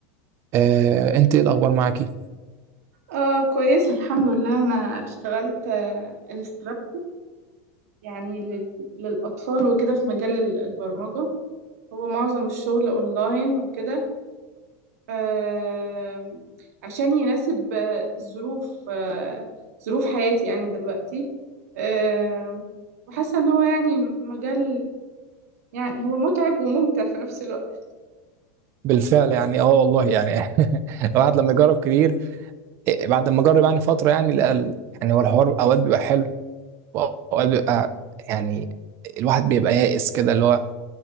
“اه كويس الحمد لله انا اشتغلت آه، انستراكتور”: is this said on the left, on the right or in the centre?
Right